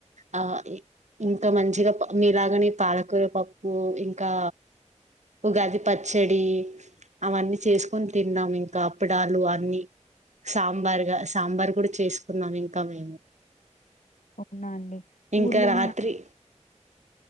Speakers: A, on the right (about 70°); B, on the left (about 85°).
A: ఆ ఇంకా మంచిగా మీలాగనే పాలకూర పప్పు ఇంకా ఉగాది పచ్చడి అవన్నీ చేసుకొని తిన్నాం ఇంకా అప్పడాలు అన్ని సాంబార్గా సాంబార్ కూడా చేసుకున్నాం ఇంకా మేము
B: అవునా అండి
A: ఇంకా
B: ఊర్లో
A: రాత్రి
B: మీ